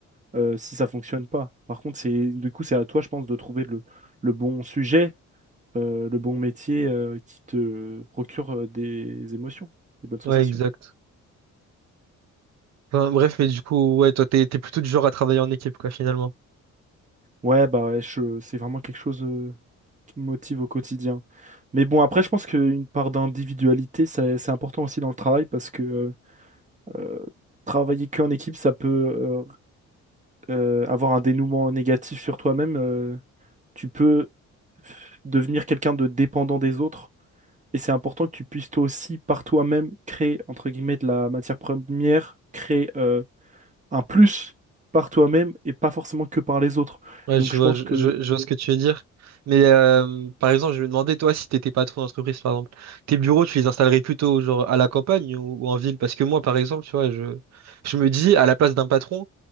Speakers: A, on the right; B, on the right.
A: euh, si ça fonctionne pas. Par contre, c'est du coup, c'est à toi, je pense, de trouver le, le bon sujet, euh, le bon métier euh, qui te procure euh, des émotions, des bonnes sensations.
B: Ouais, exact. Enfin, bref, mais du coup, ouais, toi, t'es, t'es plutôt du genre à travailler en équipe, quoi, finalement.
A: Ouais, bah ouais, je- c'est vraiment quelque chose euh, qui me motive au quotidien. Mais bon, après, je pense qu'une part d'individualité, ça- c'est important aussi dans le travail parce que euh, euh, travailler qu'en équipe, ça peut euh, euh, avoir un dénouement négatif sur toi-même. euh, tu peux devenir quelqu'un de dépendant des autres Et c'est important que tu puisses toi aussi, par toi-même, créer, entre guillemets, de la matière première, créer euh, un plus par toi-même et pas forcément que par les autres.
B: Ouais,
A: Donc
B: je
A: je
B: vois,
A: pense
B: je,
A: que,
B: je- je vois ce que tu veux dire. Mais euh, par exemple, je me demandais, toi, si t'étais patron d'entreprise, par exemple, tes bureaux, tu les installerais plutôt genre à la campagne ou, ou en ville? Parce que moi, par exemple, tu vois, je, je me dis, à la place d'un patron,